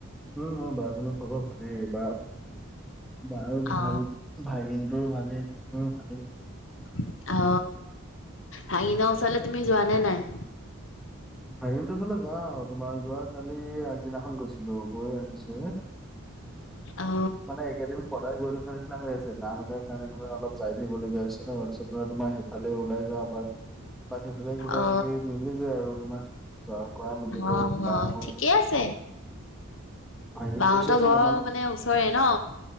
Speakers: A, in the centre; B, on the left (about 60°).
A: উম মো বাই-ভনী খবৰ ভালেই বা বাৰও ভাল
B: অ
A: ভাগিনটোৰো ভালেই মোও ভালেই
B: অ ভাগিনৰ ওচলে তুমি যোৱা নে নাই
A: ভাগিনটো ওচলে যাওঁ তোমাৰ যোৱা কালি আগদিনাখন গৈছিলো গৈ আহিছো হে
B: অ
A: মানে এইকেদিন সদায় গৈ থকা নিচিনা হৈ আছে কাম এটাৰ কাৰণে ধৰা অলপ যাই থাকিবলগীয়া হৈছে ত তাপিছত ধৰা তোমাৰ সেইফালে ওলাই যাওঁ এপাক বা সেইফালে কিবা
B: অ
A: কিবি মিলি যায় আৰু তোমাৰ যোৱা কৰা মিলি যায়
B: অ
A: সোমাই
B: অ
A: আহো
B: ঠিকে আছে
A: ভাগিনটো
B: বাহতৰ
A: দিয়াচোন
B: ঘৰ
A: অকণ
B: মানে ওচৰে ন